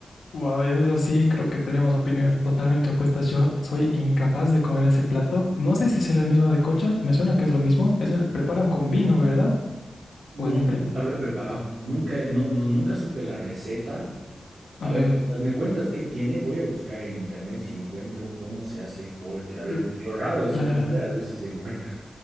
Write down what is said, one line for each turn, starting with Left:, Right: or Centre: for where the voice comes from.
Left: wow, en eso sí creo que tenemos opiniones totalmente opuestas. Yo soy incapaz de comer ese plato. No sé si será el mismo de cocha. Me suena que es lo mismo. Es el preparan con vino, ¿verdad?
Right: No,
Left: ¿O es diferente?
Right: nunca lo he preparado, nunca, no, no, nunca supe la receta, A
Left: Ok.
Right: ver, mientras me cuentas qué tiene, voy a buscar en internet si encuentro cómo se hace Hulk. A ver,
Left: L-
Right: medio raro es
Left: La,
Right: el nombre, a ver si se encuentra.